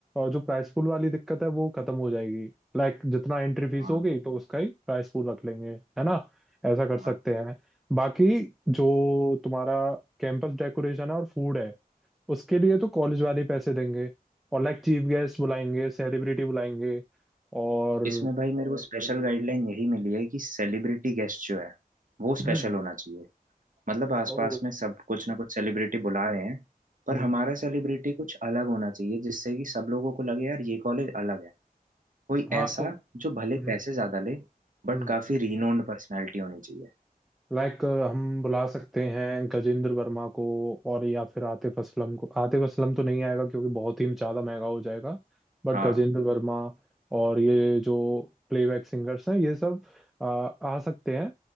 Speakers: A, in the centre; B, on the right.
A: जो प्राइस पूल वाली दिक्कत है वो खत्म हो जाएगी लाइक जितना एंट्री फीस
B: हाँ
A: होगी तो उसका ही प्राइस पूल रख लेंगे है ना ऐसा कर सकते
B: हाँ
A: हैं बाकी जो तुम्हारा कैंपस डेकोरेशन है और फूड है उसके लिए तो कॉलेज वाले ही पैसे देंगे और लाइक चीफ गेस्ट बुलाएंगे सेलिब्रिटी बुलाएंगे और
B: इसमें भाई मेरे को स्पेशल गाइडलाइन यही मिली है कि सेलिब्रिटी गेस्ट जो है वो स्पेशल
A: हम्म
B: होना चाहिए मतलब आसपास
A: ओ
B: में सब कुछ ना कुछ सेलिब्रिटी बुला रहे हैं पर
A: हम्म
B: हमारा सेलिब्रिटी कुछ अलग होना चाहिए जिससे कि सब लोगों को लगे यार ये कॉलेज अलग है कोई
A: हाँ
B: ऐसा
A: तो
B: जो भले
A: हम्म
B: पैसे ज्यादा ले बट
A: हम्म
B: काफी रिनोन्ड पर्सनैलिटी होनी चाहिए
A: लाइक हम बुला सकते हैं गजेंद्र वर्मा को और या फिर आतिफ असलम को आतिफ असलम तो नहीं आएगा क्योंकि बहुत ही ज्यादा महंगा हो जाएगा बट
B: हाँ
A: गजेंद्र वर्मा और ये जो प्लेबैक सिंगर्स हैं ये सब आ, आ सकते हैं